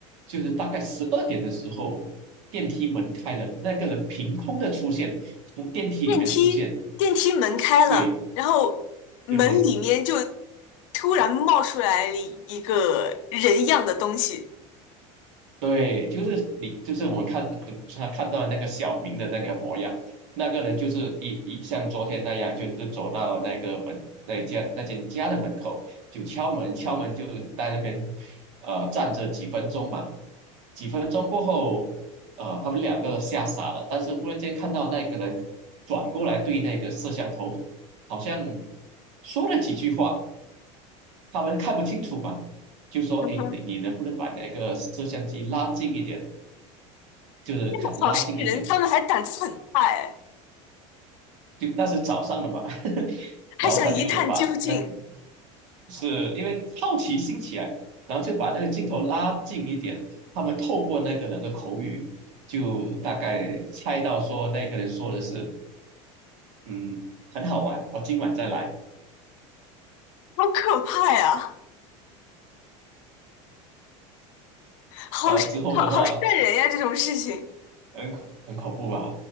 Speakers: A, on the right (about 75°); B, on the left (about 80°).
A: 就是大概十二点的时候，电梯门开了，那个人凭空的出现，从电梯里面出现。
B: 电梯电梯门开了，
A: 对
B: 然后门里面就
A: 对，
B: 突然冒出来了一个人样的东西，
A: 对，就是你，就是我们看那个他看到那个小明的那个模样，那个人就是一一像昨天那样，就是走到那个门那家那间家的门口，就敲门，敲门就在那边呃站着几分钟嘛，几分钟过后，呃，他们两个吓傻了，但是忽然间看到那个人转过来对那个摄像头，好像说了几句话，他们看不清楚嘛，就说：
B: 嗯哼
A: “哎，你你能不能把那个摄像机拉近一点？”就是看拉近一点，
B: 这个好渗人，他们还胆子很大哎，
A: 就那是早上的嘛，<laughs>
B: 还想一探究竟，
A: 然后他就把那个是因为好奇心起来，然后就把那个镜头拉近一点，他们透过那个人的口语，就大概猜到说那个人说的是，嗯，很好玩，我今晚再来。
B: 好可怕呀，好渗好好渗人呀！
A: 然后之后的话，
B: 这种事情，
A: 很恐很恐怖吧。